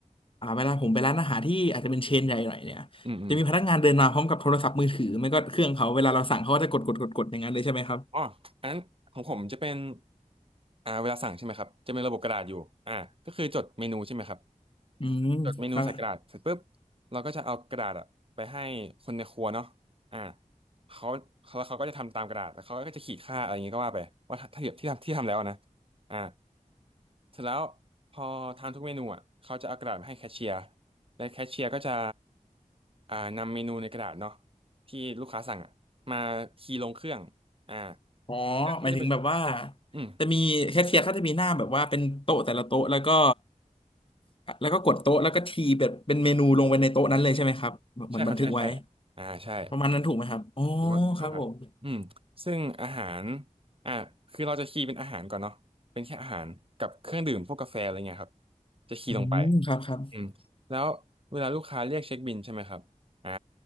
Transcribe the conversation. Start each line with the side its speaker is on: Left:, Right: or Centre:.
Left: อ่าเวลาผมไปร้านอาหารที่อาจจะเป็นเชนใหญ่หน่อยเนี่ย
Right: อืมอืม
Left: จะมีพนักงานเดินมาพร้อมกับโทรศัพท์มือถือ ไม่ก็เครื่องเขาเวลาเราสั่งเขาก็จะกดกดกดกดอย่างนั้นเลยใช่ไหมครับ
Right: อ๋ออันนั้นของผมจะเป็นอ่าเวลาสั่งใช่ไหมครับ จะเป็นระบบกระดาษอยู่อ่าก็คือจดเมนูใช่ไหมครับ
Left: อืมครับ
Right: จดเมนูใส่กระดาษเสร็จปุ๊บเราก็จะเอากระดาษอะไปให้คนในครัวเนาะอ่าเขาเขาแล้วเขาก็จะทำตามกระดาษแล้วเขาก็จะขีดค่าอะไรอย่างงี้ก็ว่าไปว่าถ้าถ้าเทียบที่ทำที่ทำแล้วนะอ่าเสร็จแล้วพอทานทุกเมนูอ่ะเขาจะเอากระดาษมาให้แคชเชียร์และแคชเชียร์ก็จะอ่านำเมนูในกระดาษเนาะที่ลูกค้าสั่งอ่ะมาคีย์ลงเครื่องอ่า
Left: อ๋อ
Right: เครื่องก็จะเป็น
Left: หมายถึงแบบว่า
Right: อืม
Left: จะมีแคชเชียร์เขาจะมีหน้าแบบว่าเป็นโต๊ะแต่ละโต๊ะแล้วก็แล้วก็กดโต๊ะแล้วก็ทีแบบเป็นเมนูลงไปในโต๊ะนั้นเลยใช่ไหมครับเหมือนบันทึกไว้
Right: ใช่ครับใช่ใช่อ่าใช่
Left: ประมาณนั้นถูกไหมครับอ๋อ
Right: ถูกอนต้องครับอืมซึ่งอาหาร
Left: ครับผม
Right: อ่ะคือเราจะคีย์เป็นอาหารก่อนเนาะเป็นแค่อาหารกับเครื่องดื่มพวกกาแฟอะไรเงี้ยครับจะคีย์ลงไป
Left: อืมครับครับ
Right: อืมแล้วเวลาลูกค้าเรียกเช็คบิลใช่ไหมครับอ่า